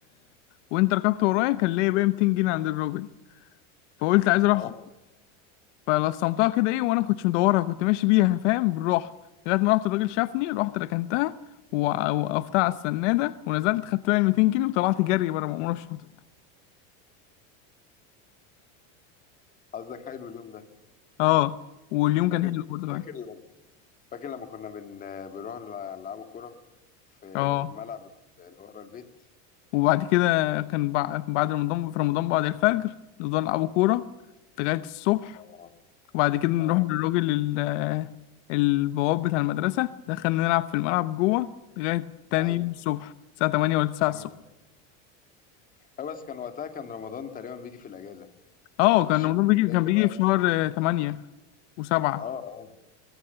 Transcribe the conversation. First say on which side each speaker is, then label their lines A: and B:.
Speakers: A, on the left; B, on the left.
A: وانت ركبت ورايا كان ليا بقى 200 جنيه عند الراجل فقلت عايز اروح
B: اه
A: فلصمتها كده ايه وانا كنتش مدورها كنت ماشي بيها فاهم بالراحه لغايه ما رحت الراجل شافني رحت ركنتها وع- وقفتها على السناده ونزلت خدت بقى ال 200 جنيه وطلعت جري بره مأمورة الشاطئ
B: قصدك حلو اليوم ده
A: اه واليوم
B: فاكر
A: كان حلو برضه كمان
B: فاكر فاكر لما كنا بن بنروح نلع- نلعبوا كرة في
A: اه
B: في الملعب اللي ورا البيت
A: وبعد كده كان بع- بعد رمضان في رمضان بعد الفجر نفضل نلعبوا كوره لغايه الصبح
B: اه
A: وبعد كده نروح
B: اه
A: للراجل ال- البواب بتاع المدرسه دخلنا نلعب في الملعب جوه لغايه تاني
B: ايوه
A: يوم الصبح الساعه 8 ولا 9
B: ايوه آه، بس كان وقتها كان رمضان تقريبا بيجي في الاجازة
A: اه
B: مش
A: كان رمضان
B: مش
A: بيجي كان
B: زي
A: بيجي
B: دلوقتي
A: في شهر آه، تمانية وسبعة
B: اه اه